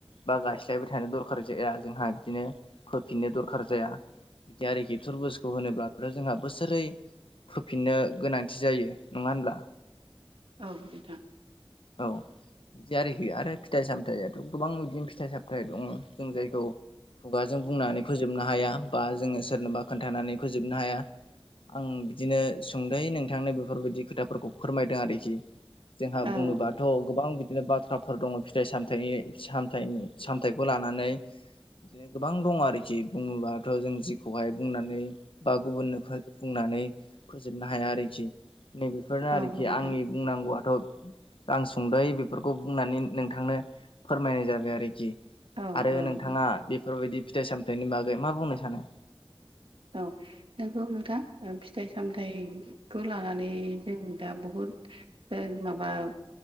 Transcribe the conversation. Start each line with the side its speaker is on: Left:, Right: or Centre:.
Left: बा गायस्लायबाय थानो दरखार जाया जोंहा बिदिनो फोफिननो दरखार जाया बिदि आरोखि थुरबुजखौ होनोब्लाथ' जोंहा बोसोरै <unintelligible> फिननो गोनांथि जायो नङा होनब्ला?
Right: औ बेथां
Left: औ बिदि आरोखि आरो फिथाइ सामथायाथ' गोबां बिदिनो फिथाइ सामथाइ <unintelligible> जों जायखौ खुगाजों बुंनानै फोजोबनो हाया बा जोङो सोरनोबा खोन्थानानै फोजोबनो हाया आं बिदिनो सुंद'यै नोंथांनो बेफोरबायदि खोथाफोरखौ फोरमायदों आरोखि जोंहा
Right: औ
Left: बुंनो गोबां बिदिनो बाथ्राफोर दङ' फिथाइ सामथाइनि सामथाइ सामथाइखौ लानानै बिदिनो गोबां दं आरो <unintelligible> खि बुङोबाथ' जों जिखौहाय बुंनानै बा गुबुननो फो बुंनानै फोजोबनो हाया आरोखि नैबेफोरनो आरोखि
Right: औ नोंथां
Left: आंनि बुंनांगौआथ' आं सुंद'यै बेफोरखौ बुंनानै <unintelligible> नोंथांनो फोरमायनाय जाबाय आरोखि।
Right: औ
Left: आरो
Right: औ
Left: नोंथाङा बेफोरबायदि फिथाइ -सामथाइनि बागै मा बुंनो सानो?
Right: औ नोंगौ नोंथां ओ फिथाइ- सामथाइ खौ लानानै जों दा बुहुद ओ माबा